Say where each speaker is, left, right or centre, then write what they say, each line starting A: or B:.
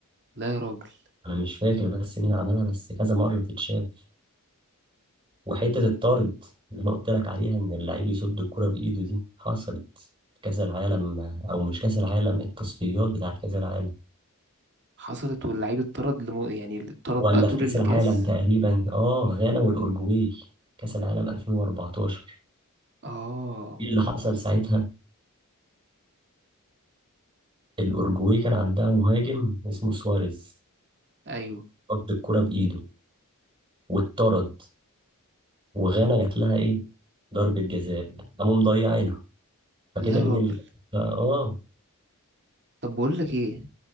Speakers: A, on the right (about 50°); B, on the right (about 25°).
A: لا يا راجل
B: أنا مش فاكر بس مين عملها بس كذا مرة تتشاف وحتة الطارد اللي أنا قلت لك عليها إن اللعيب يصد الكرة بإيده دي حصلت في كأس العالم أو مش كأس العالم التصفيات بتاعت كأس العالم
A: حصلت واللعيب اتطرد لمو... يعني اتطرد
B: ولا
A: بقى طول
B: في كأس
A: الكاس
B: العالم تقريبا آه غانا والأورجواي كأس العالم 2014
A: اه
B: إيه اللي حصل ساعتها؟ الأورجواي كان عندها مهاجم اسمه سواريز
A: ايوه
B: صد الكرة بإيده واتطرد وغانا جات لها إيه؟ ضربة جزاء قاموا مضيعينها فكده
A: لا يا راجل
B: مين اللي كسب بقى؟ آه
A: طب بقول لك ايه